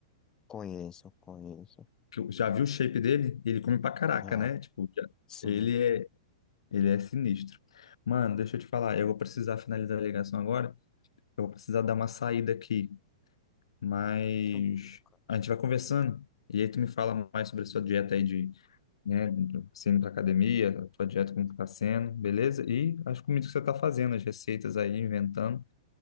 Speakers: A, on the left; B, on the left.
A: Conheço, conheço.
B: Que eu- já viu o shape dele? Ele come pra caraca,
A: Já,
B: né? Tipo, já-
A: sim,
B: ele é, ele é sinistro. Mano, deixa eu te falar, eu vou precisar finalizar a ligação agora. Eu vou precisar dar uma saída aqui, mas
A: tranquilo, cara.
B: a gente vai conversando. E aí tu me fala mais sobre a sua dieta aí de, né, do- você indo pra academia, a tua dieta como que tá sendo, beleza? E as comidas que você tá fazendo, as receitas aí, inventando,